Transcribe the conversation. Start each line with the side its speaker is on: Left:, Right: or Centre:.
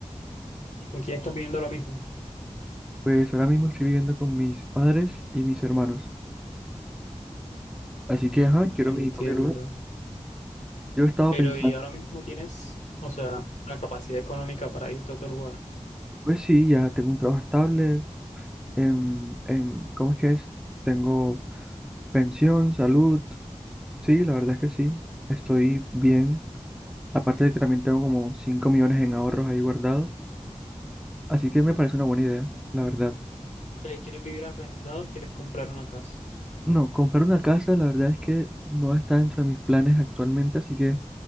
Left: ¿Y con quién estás viviendo ahora mismo?
Centre: Pues ahora mismo estoy viviendo con mis padres y mis hermanos, así que
Left: Mm,
Centre: ajá, quiero
Left: entiendo.
Centre: mi propio lugar. Yo estaba
Left: Pero
Centre: pensando,
Left: ¿y ahora mismo tienes, o sea, la capacidad económica para irte a otro lugar?
Centre: pues sí, ya tengo un trabajo estable, en, en, ¿cómo es que es? Tengo pensión, salud, sí, la verdad es que sí, estoy bien Aparte de que también tengo como 5 millones en ahorros ahí guardados, así que me parece una buena idea, la verdad.
Left: Eh, ¿Quieres vivir arrendado o quieres comprar una casa?
Centre: No, comprar una casa, la verdad es que no está dentro de mis planes actualmente, así que